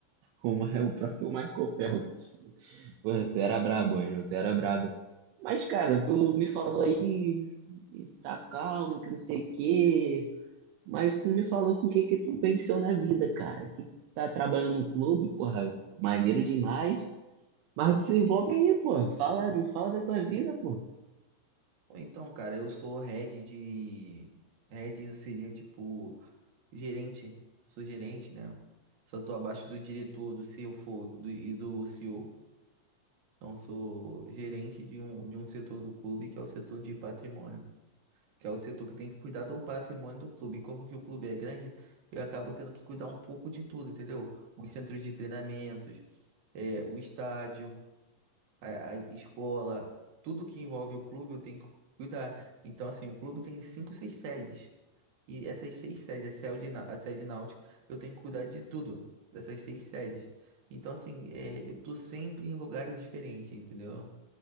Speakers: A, on the right; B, on the right.
A: O, Ma- é o próprio Michael Phelps. Porra, tu era brabo, Ângelo, tu era brabo. Mas, cara, tu me falou aí, e tá calmo, que não sei o quê. Mas tu não me falou com o que que tu venceu na vida, cara. Que tá trabalhando no clube, porra, maneiro demais. Mas desenvolve aí, pô. Fala, me fala da tua vida, pô.
B: Ou então, cara, eu sou head de. Head eu seria tipo gerente. Sou gerente, né? Só tô abaixo do diretor, do CFO do, e do CEO. Então, sou gerente de um, de um setor do clube que é o setor de patrimônio. que é o setor que tem que cuidar do patrimônio do clube. E como que o clube é grande, eu acabo tendo que cuidar um pouco de tudo, entendeu? Os centros de treinamentos, é, o estádio, a, a escola, tudo que envolve o clube eu tenho que cuidar. Então, assim, o clube tem cinco, seis sedes. E essas seis sedes, a sede, na- a sede náutica, eu tenho que cuidar de tudo, dessas seis sedes. Então, assim, é, eu tô sempre em lugares diferentes, entendeu?